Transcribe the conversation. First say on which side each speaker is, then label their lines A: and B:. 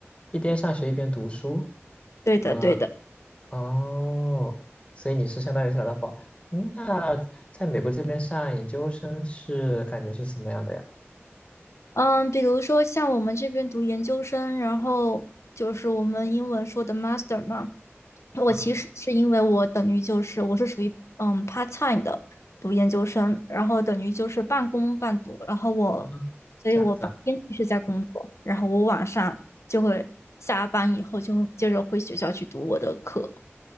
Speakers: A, on the left; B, on the left.
A: 一边上学一边读书，
B: 对的，
A: 呃，
B: 对的。
A: 哦，所以你是相当于是来到法，嗯，那在美国这边上研究生是感觉是什么样的呀？
B: 嗯，比如说像我们这边读研究生，然后就是我们英文说的 master 嘛，我其实是因为我等于就是我是属于嗯
A: 啊
B: part time 的读研究生，然后等于就是半工半读，然后我，
A: 啊，
B: 所以我白天其实在工作，
A: 这样子啊。
B: 然后我晚上就会下班以后就会接着回学校去读我的课。